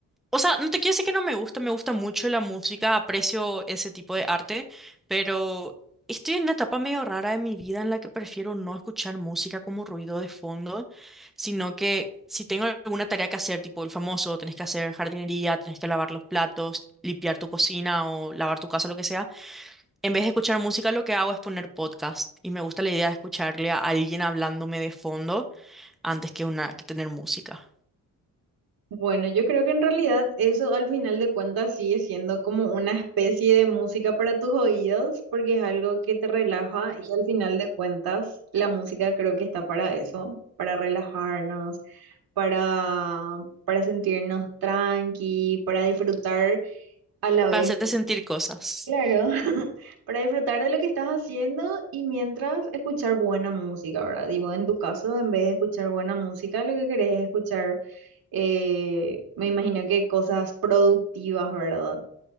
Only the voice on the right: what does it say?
Bueno, yo creo que en realidad eso al final de cuentas sigue siendo como una especie de música para tus oídos, porque es algo que te relaja y al final de cuentas la música creo que está para eso, para relajarnos, para, para sentirnos tranqui, para disfrutar a la
vez
Claro, <laughs> para disfrutar de lo que estás haciendo y mientras escuchar buena música, ¿verdad? Digo, en tu caso, en vez de escuchar buena música, lo que querés es escuchar, eh, me imagino que cosas productivas, ¿verdad?